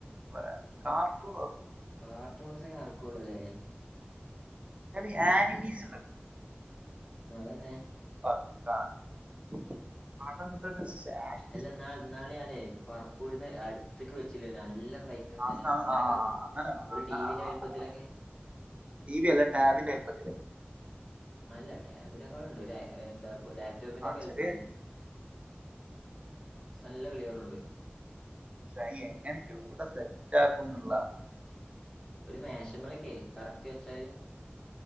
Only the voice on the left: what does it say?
കാർട്ടൂൺസ് ഒക്കെ നടക്കുള്ളൂ അല്ലേ
ആഹ് അതന്നെ
അല്ല ഇന്ന ഇന്നാൾ ഞാനേ പററപ്പൂന്ന് അടുത്തേക്ക് വെച്ചില്ലേ നല്ല ഫ്രൈയിം
അങ്ങനെ
കണ്ടുപിടിക്കും
ഒരു
ടീവി
ന്റെ വലുപ്പാതിൽ
ഒക്കെ
അല്ല ടാബിനെക്കാൾണ്ട് ലെ എന്താ ലാപ്ടോപ്പിന്റെ
ഒക്കെ വലുപ്പത്തില്
നല്ല ക്ലിയർണ്ട്
ഒരു മേശമേൽക്കെ കറക്റ്റ് വെച്ചാല്